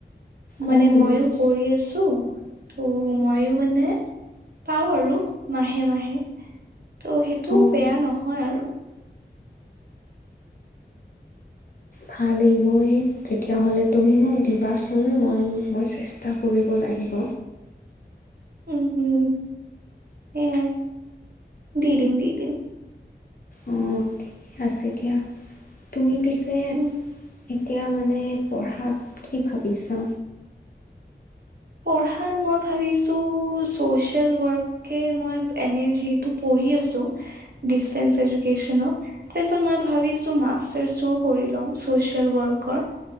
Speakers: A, on the right; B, on the left.
A: মানে
B: অ বুজিছো
A: ময়ো কৰি আছো। ত' ময়ো মানে পাও আৰু মাহে মাহে। ত' সেইটো
B: অ
A: বেয়া নহয় আৰু।
B: ভালেই মই তেতিয়া হ'লে তুমি মোক দিবাচোন মই মই চেষ্টা কৰিব লাগে লাগিব।
A: উ <inaudible> উম উম উম। দি দিম দি দিম।
B: অঁ ঠিকে আছে দিয়া তুমি পিছে।
A: উম
B: এতিয়া মানে পঢ়াত কি ভাবিছা?
A: পঢ়াত মই ভাবিছো চচিয়েল ৱৰ্কে মই এনে যিহেতু কৰি আছো, ডিচটেন্স এডুকেশ্বন। তাৰপিছত মই ভাবিছো মাষ্টাৰ্চটোও কৰি লম চচিয়েল ৱৰ্কৰ।